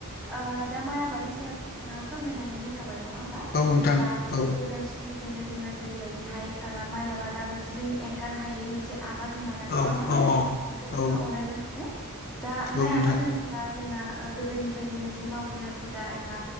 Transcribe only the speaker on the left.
औ नोंथां
औ
औ
औ
औ
औ
नोंथां